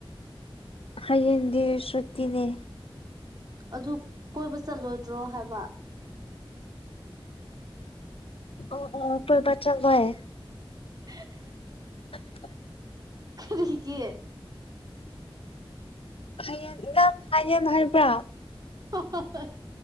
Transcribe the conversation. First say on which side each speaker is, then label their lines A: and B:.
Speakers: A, on the left; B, on the right.
A: ꯍꯌꯦꯡꯗꯤ ꯁꯨꯇꯤꯅꯦ꯫
B: ꯑꯗꯨ ꯀꯣꯏꯕ ꯆꯠꯂꯣꯏꯗ꯭ꯔꯣ ꯍꯥꯏꯕ꯫
A: ꯑꯣ ꯑꯣ ꯀꯣꯏꯕ ꯆꯠꯂꯣꯏ꯫
B: <inaudible>
A: <inaudible>
B: ꯀꯔꯤ ꯒꯤ
A: ꯍꯌꯦꯡ ꯅꯪ ꯍꯌꯦꯡ ꯍꯥꯏꯕ꯭ꯔꯥ
B: <unintelligible>